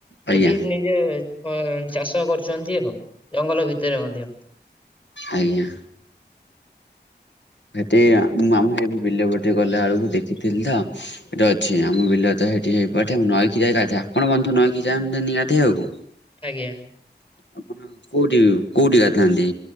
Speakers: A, on the left; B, on the left.
A: ଆଜ୍ଞା
B: ସେଠି ନି ଯେ ଅ ଚାଷ କରୁଛନ୍ତି ଆଉ ଜଙ୍ଗଲ ଭିତରେ ମଧ୍ୟ।
A: ଆଜ୍ଞା। ସେଠି ଆ ମୁଁ ଆମ ଗାଁରେ ବିଲ ଗୋଟେ ଗଲା ବେଳକୁ ଦେଖିଥିଲି ତ ସେଇଟା ଅଛି ଆମ ବିଲ ତ ହେଇଠି ହେଇପଟେ ମୁଁ ନଈକି ଯାଏ ଗାଧାଏ ଆପଣ ବନ୍ଧୁ ନଈକି ଯାଅନ୍ତିନି ଗାଧେଇଆକୁ?
B: ଆଜ୍ଞା।
A: ଆପଣ କୋଉଠି କୋଉଠି ଗାଧାନ୍ତି